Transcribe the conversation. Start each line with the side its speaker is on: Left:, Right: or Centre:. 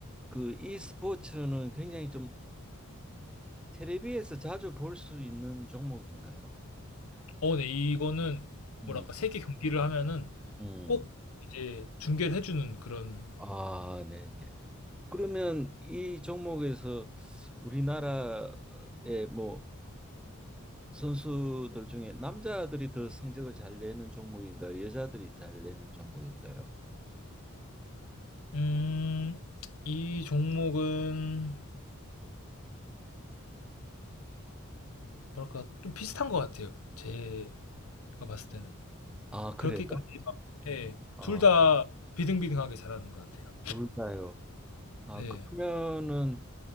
Centre: 그 이 스포츠는 굉장히 좀 텔레비에서 자주 볼 수 있는 종목인가요?
Left: 어, 네, 이거는
Centre: 음,
Left: 뭐랄까 세계 경기를 하면은
Centre: 음.
Left: 꼭 이제 중계를 해주는 그런
Centre: 아, 네네. 그러면 이 종목에서 우리나라의 뭐 선수들 중에 남자들이 더 성적을 잘 내는 종목인가요? 여자들이 잘 내는 종목인가요?
Left: 음, 이 종목은 뭐랄까 좀 비슷한 것 같아요. 제가 봤을 때는
Centre: 아,
Left: 그렇게까지
Centre: 그래요?
Left: 막 네,
Centre: 아,
Left: 둘다 비등비등하게 잘하는 것 같아요.
Centre: 둘 다요. 아,
Left: 네,
Centre: 그러면은